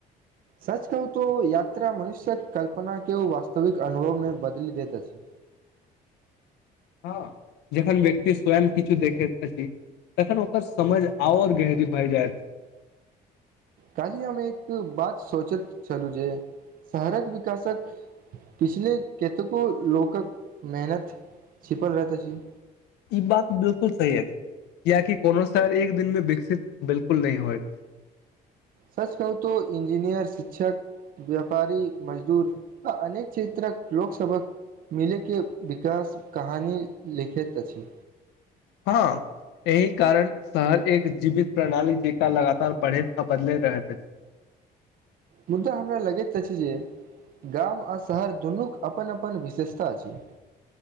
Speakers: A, on the right; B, on the left.
A: सच कहू तो यात्रा मनुष्यक कल्पना केओ वास्तविक अनुभवमे बदलि देैत अछि
B: हँ जेखन व्यक्ति स्वयं किछु देखेत अछि तखन ओकर समझ और गहरी भय जायत
A: काल्हि हम एक बात सोचैत छलूं जे शहरक विकासक पिछले कतेको लोकक मेहनत छिपल रहत अछि
B: ई बात बिलकुल सही अछि कियाकि कोनो शहर एक दिन मे विकसित बिलकुल नहि होएत अछि
A: सच कहू तो इंजीनियर शिक्षक व्यापारी मजदूर आ अनेक क्षेत्रक लोक सभक मिलयके विकास कहानी लिखैत अछि
B: हँ एहि कारण शहर एक जीवित प्रणाली जेका लगातार बढ़ैत आ बदलैत रहैत अछि <inaudible>
A: मुद्दा हमरा लगैत अछि जे गाम आ शहर दुनूक अपन अपन विशेषता अछि